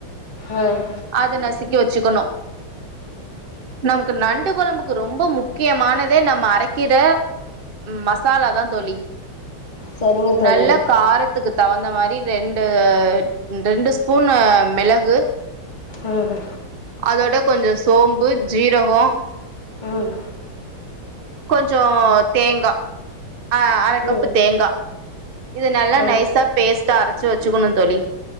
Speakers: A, on the left; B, on the right.
A: ம்
B: அத நசுக்கி வச்சுக்கனு நமக்கு நண்டு கொழம்புக்கு ரொம்ப முக் கியமானதே நம்ம அரைக்கிற மசாலா தா தோழி
A: சரிங்க தோழி
B: நல்ல காரத்துக்கு தவுந்த மாரி ரெண்டு ரெண்டு ஸ்பூனு மெளகு
A: ம் ஹு
B: அதோட கொஞ்ச சோம்பு ஜீரகோ
A: ம்
B: கொஞ்சோ தேங்கா அ அரக்கப்பு
A: ம்
B: தேங்கா இது நல்லா
A: ஆ
B: நைஸா பேஸ்டா அரச்சு வச்சுக்கணு தோழி